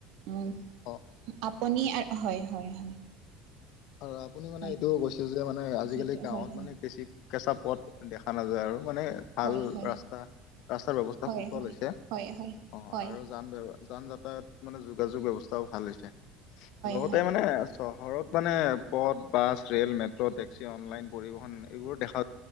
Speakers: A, on the right; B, on the left.
A: উম
B: অ
A: আপুনি হয় হয় হয়।
B: আৰু আপুনি মানে
A: হয়
B: এইটো কৈছে যে মানে আজিকালি
A: সেইটো
B: গাঁৱত
A: হয় হয়
B: মানে কৃষি। কেঁচা পথ দেখা নাযায় আৰু মানে, ভাল
A: হয় হয়
B: ৰাস্তা ৰাস্তাৰ ব্যৱস্থা
A: হয়
B: সুচল
A: হয়
B: হৈছে
A: হয় হয়
B: অঁ
A: হয়
B: আৰু যান ব্য, যান যাতায়ত মানে যোগাযোগ ব্যৱস্থাও ভাল হৈছে লগতে
A: হয় হয়
B: মানে চহৰত, মানে পথ bus, rail, metro, taxi, online পৰিবহন এইবোৰ দেখা,